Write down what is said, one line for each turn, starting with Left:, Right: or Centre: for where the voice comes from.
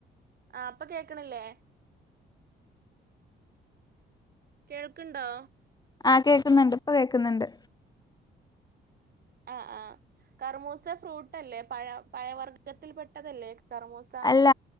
Right: ആഹ് ഇപ്പ കേക്കണില്ലേ. കേൾക്ക്ണ്ടോ.
Left: ആഹ് കേക്കുന്നുണ്ട് ഇപ്പൊ കേക്കുന്നുണ്ട്.
Right: ആഹ് ആഹ് കർമൂസ ഫ്രൂട്ടല്ലേ പഴ പഴവർഗത്തിൽപെട്ടതല്ലേ കർമൂസ്.
Left: അല്ല.